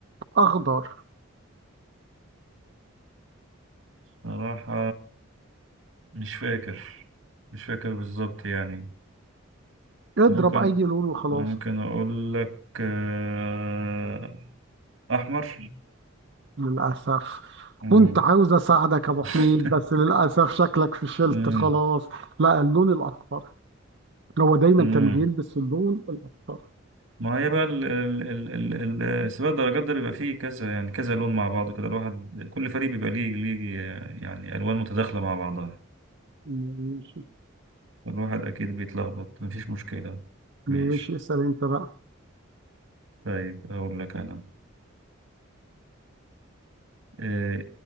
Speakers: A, on the right; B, on the right.
A: اخضر
B: صراحه مش فاكر مش فاكر بالظبط يعني
A: اضرب
B: ممكن
A: اي لون وخلاص
B: ممكن أقول لك آه، أحمر
A: للأسف
B: مم.
A: كنت عاوز أساعدك يا أبو حميد
B: <laughs>
A: بس للأسف شكلك فشلت
B: مم.
A: خلاص لا اللون الأخضر هو دايما
B: مم.
A: كان بيلبس اللون الأخضر
B: ما هي بقى ال ال ال ال ال- سباق الدرجات ده بيبقى فيه كذا يعني كذا لون مع بعض كده الواحد كل فريق بيبقى ليه ليه يعني ألوان متداخلة مع بعضها
A: ماشي
B: الواحد أكيد بيتلخبط مفيش مشكلة ماشي
A: ماشي اسأل أنت بقى
B: طيب أقول لك أنا آه،